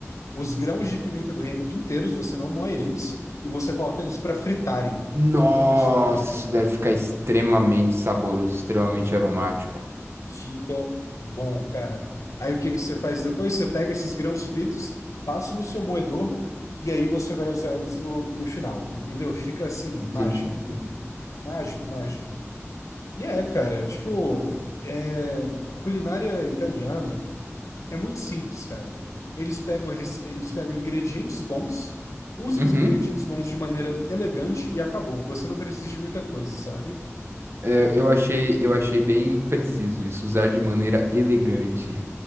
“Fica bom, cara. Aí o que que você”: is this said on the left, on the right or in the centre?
Left